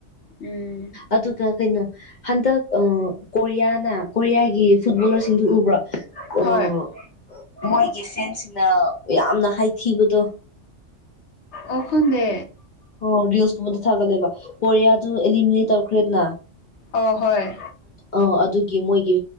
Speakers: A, on the left; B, on the left.
A: ꯎꯝ
B: ꯑꯗꯨꯒ ꯀꯩꯅꯣ ꯍꯟꯗꯛ ꯀꯣꯔꯤꯌꯥꯅ ꯀꯣꯔꯤꯌꯥꯒꯤ ꯐꯨꯠꯕꯣꯂꯔꯁꯤꯡꯗꯨ ꯎꯕ꯭ꯔꯥ ꯑꯣ
A: ꯍꯣꯏ
B: ꯃꯣꯏꯒꯤ ꯁꯦꯟꯁꯤꯅ ꯌꯥꯝꯅ ꯍꯥꯏꯊꯤꯕꯗꯣ
A: ꯑꯣꯈ ꯗꯦ
B: ꯑꯣ ꯔꯤꯜꯁꯀꯨꯝꯕꯗ ꯊꯥꯒꯠꯂꯦꯕ ꯄꯣꯔꯤꯌꯥꯗꯨ ꯑꯦꯂꯤꯃꯤꯅꯦꯠ ꯇꯧꯈ꯭ꯔꯦꯗꯅ
A: ꯑ ꯍꯣꯏ
B: ꯑ ꯑꯗꯨꯒꯤ ꯃꯣꯏꯒꯤ